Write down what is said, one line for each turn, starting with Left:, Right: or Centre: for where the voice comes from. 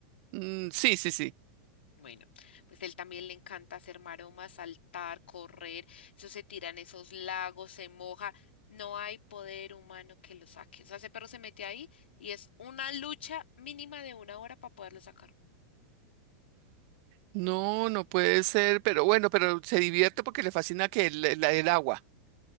Right: Mm, sí, sí, sí.
Left: Bueno, pues él también le encanta hacer maromas, saltar, correr, eso se tiran esos lagos, se moja, no hay poder humano que lo saque. O sea, ese perro se mete ahí y es una lucha mínima de una hora para poderlo sacar.
Right: No, no puede ser, pero bueno, pero se divierte porque le fascina que el, el- el agua.